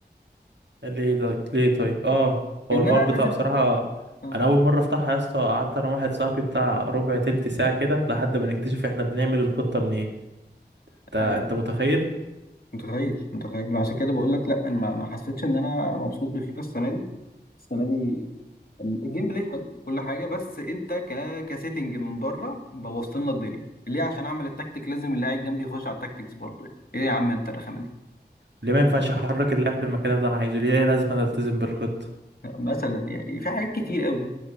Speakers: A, on the right (about 80°); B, on the left (about 55°).
A: <laughs> ليه طيب ليه طيب اه
B: ان
A: هو الحوار
B: انا
A: بتاعه
B: لازم
A: بصراحة
B: اه
A: انا اول مرة افتحها يا اسطى قعدت انا واحد صاحبي بتاع ربع تلت ساعة كده لحد ما نكتشف احنا بنعمل الخطة منين انت انت
B: ايوه
A: متخيل
B: متخيل متخيل عشان كده بقول لك لا انا ما ما حسيتش ان انا مبسوط بفيفا السنه دي السنه دي ال- الجيم بلاي حلو كل حاجه بس انت ك كسيتنج من بره بوظت لنا الدنيا ليه عشان اعمل التكتيك لازم اللي قاعد جنبي يخش على التكتيكس برضه يعني. ايه يا عم انت الرخامه دي
A: ليه ما ينفعش احرك اللاعب في المكان اللي انا عايزه ليه لازم أنا التزم بالخطة
B: مثلا يعني في حاجات كتير قوي